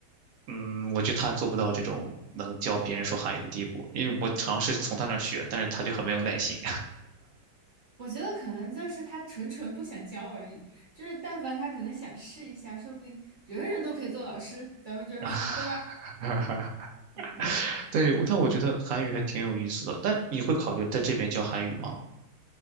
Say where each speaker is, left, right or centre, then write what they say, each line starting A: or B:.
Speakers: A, on the right; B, on the right.
A: 嗯，我觉得他做不到这种能教别人说韩语的地步，因为我尝试从他那儿学，但是他就很没有耐心。
B: 我觉得可能就是他纯纯不想教而已，就是但凡他可能想试一下，说不定人人都可以做老师，咱们就是说，
A: <laughs>
B: 对吧？嗯嗯。
A: 对，我但我觉得韩语还挺有意思的。但你会考虑在这边教韩语吗？